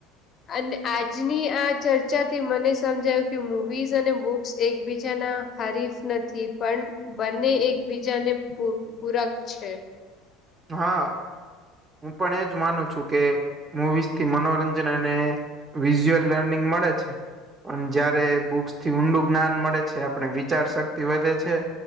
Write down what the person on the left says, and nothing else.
અને આજની આ ચર્ચાથી મને સમજાયું કે મુવીઝ અને બુક્સ એકબીજાના હરીફ નથી પણ બંને એકબીજાને પૂર-પૂરક છે.